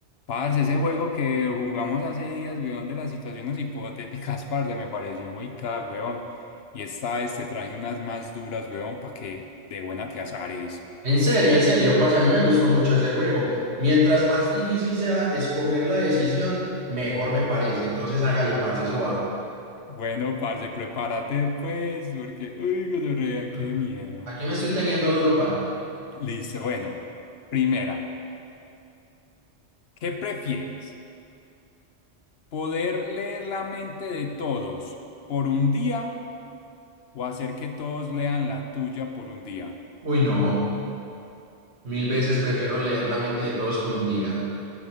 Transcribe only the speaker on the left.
Parce, ese juego que jugamos hace días, weón, de las situaciones hipotéticas, <laughs> parce, me pareció muy caga, weón. Y esta vez te traje unas más duras, weón, para que de buena te azares.
Bueno, parce, prepárate pues, porque, uy, gonorrea,
qué miedo.
Listo, bueno. Primera, ¿qué prefieres? ¿Poder leer la mente de todos por un día o hacer que todos lean la tuya por un día?